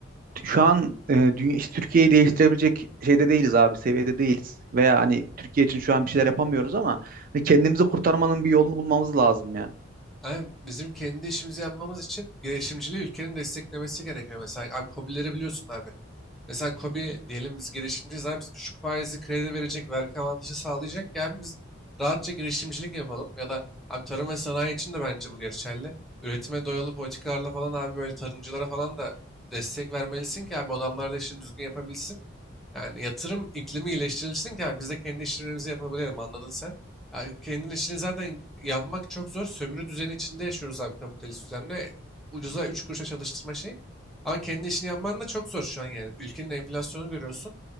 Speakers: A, on the right; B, in the centre.
A: şu an e, dünya- işte Türkiye'yi değiştirebilecek şeyde değiliz abi, seviyede değiliz. Veya hani Türkiye için şu an bir şeyler yapamıyoruz ama hani kendimizi kurtarmanın bir yolunu bulmamız lazım ya.
B: Abi bizim kendi işimizi yapmamız için girişimciliği ülkenin desteklemesi gerekiyor. Mesela abi KOBİ'leri biliyorsun abi. Mesela KOBİ diyelim biz girişimciyiz abi bize düşük faizli kredi verecek, vergi avantajı sağlayacak. Yani biz rahatça girişimcilik yapalım. Ya da abi tarım ve sanayi için de bence bu geçerli. Üretime dayalı politikalarla falan abi böyle tarımcılara falan da destek vermelisin ki abi adamlar da işini düzgün yapabilsin. Yani yatırım iklimi iyileştirilsin ki abi biz de kendi işlerimizi yapabilelim anladın sen. Yani kendin işini zaten yapmak çok zor. Sömürü düzeni içinde yaşıyoruz abi kapitalist düzende. Ucuza 3 kuruşa çalıştırma şeyi. Ama kendi işini yapman da çok zor şu an yani. Ülkenin enflasyonu görüyorsun.